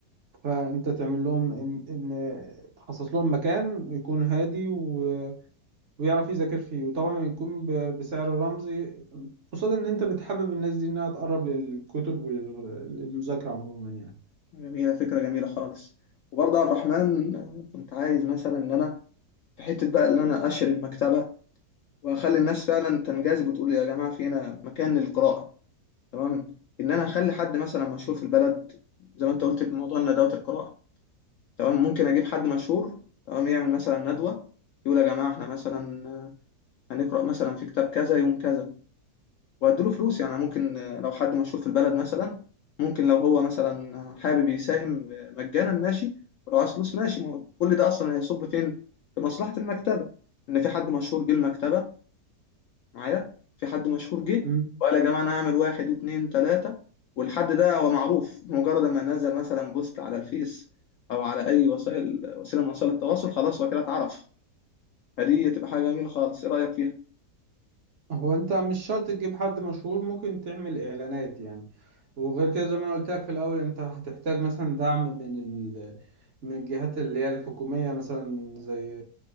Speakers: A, on the right; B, on the left.
A: فأنت تعمل لهم إن إن تخصص لهم مكان يكون هادي و ويعرف يذاكر فيه وطبعا يكون ب- بسعر رمزي قصاد ان انت بتحبب الناس دي انها تقرب للكتب وللمذاكرة عموما
B: جميله فكره جميله خالص وبرضه يا عبد الرحمن آه، كنت عايز مثلا ان انا في حته بقى ان انا اشر المكتبه واخلي الناس فعلا تنجذب وتقول يا جماعه في هنا مكان للقراءه تمام ان انا اخلي حد مثلا مشهور في البلد زي ما انت قلت بموضوع ندوات القراءه تمام ممكن اجيب حد مشهور تمام يعمل مثلا ندوه يقول يا جماعه احنا مثلا آه، هنقرا مثلا في كتاب كذا يوم كذا واديله فلوس يعني ممكن آه، لو حد مشهور في البلد مثلا ممكن لو هو مثلا حابب يساهم آه، مجانا ماشي ولو عايز فلوس ماشي ما هو كل ده اصلا هيصب فين في مصلحه المكتبه ان في حد مشهور جه المكتبه معايا في حد مشهور جه
A: يعني
B: وقال يا جماعه انا هعمل واحد اتنين تلاته والحد ده هو معروف بمجرد ما نزل مثلا بوست على الفيس او على اي وسائل وسيله من وسائل التواصل خلاص هو كده اتعرف فدي تبقى حاجه جميله خالص ايه رايك فيها
A: هو انت مش شرط تجيب حد مشهور ممكن تعمل اعلانات يعني وغير كده زي ما انا قلت لك في الاول انت هتحتاج مثلا دعم من ال... من الجهات اللي هي الحكومية مثلا زي